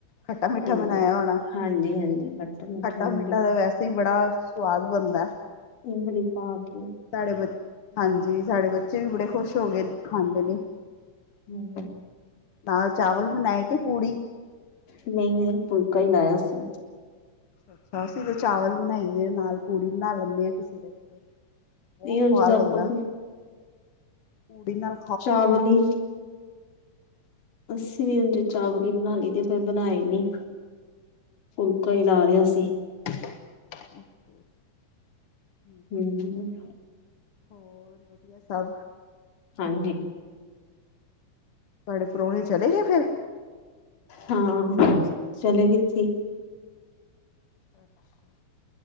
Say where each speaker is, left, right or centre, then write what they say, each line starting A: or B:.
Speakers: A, on the left (about 50°); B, on the left (about 80°).
A: ਖੱਟਾ-ਮਿੱਠਾ
B: ਹੋ
A: ਬਨਾਇਆ ਹੋਣਾ,
B: ਹਾਂਜੀ ਹਾਂਜੀ ਖੱਟਾ ਮਿੱਠਾ
A: ਖੱਟਾ-ਮਿੱਠਾ
B: ਇਮਲੀ
A: ਤਾਂ, ਵੈਸੇ ਈ, ਬੜਾ ਸਵਾਦ ਬਣਦਾ।
B: ਇਮਲੀ ਪਾਕੇ।
A: ਸਾਡੇ ਬੱ, ਹਾਂਜੀ, ਸਾੜੇ ਬੱਚੇ ਵੀ ਬੜੇ ਖੁਸ਼ ਹੋਕੇ ਖਾਂਦੇ ਨੇ।
B: ਹਮ
A: ਨਾਲ ਚਾਵਲ ਬਣਾਏ ਕੇ, ਪੂੜੀ?
B: ਨਹੀਂ-ਨਹੀਂ, ਫੁਲਕਾ ਹੀ ਲਾਇਆ ਸੀ।
A: ਅੱਛਾ, ਅਸੀਂ ਤੇ ਚਾਵਲ ਬਣਾਈਦੇ ਨੇ, ਨਾਲ। ਪੂੜੀ ਬਣਾ ਲੈਂਦੇ ਹਾਂ, ਕਿਸੇ ਦਿਨ,
B: ਤੇ
A: ਬਹੁਤ ਸਵਾਦ
B: ਹੁਣ ਜਦੋਂ ਆਪਾਂ
A: ਲੱਗਦਾ।
B: ਵੀ
A: ਪੂੜੀ ਨਾਲ‌?
B: ਚਾਵਲ ਈ। ਅਸੀਂ ਵੀ, ਉਂਝ ਚਾਵਲ ਹੀ ਬਣਾ ਲਈ ਦੇ, ਪਰ ਬਣਾਏ ਨੀ। ਫੁਲਕਾ ਹੀ, ਲਾ ਲਿਆ ਸੀ।
A: ਅੱਛ
B: ਹੂੰ, ਹੂੰ।
A: ਹੋਰ, ਵਧੀਆ ਸਭ?
B: ਹਾਂਜੀ।
A: ਤਾਹਡੇ ਪ੍ਰਾਹੁਣੇ ਚਲੇ ਗੇ? ਫਿਰ।
B: ਹਾਂ, ਚਲੇਗੇ ਸੀ।
A: ਅੱਛਾ।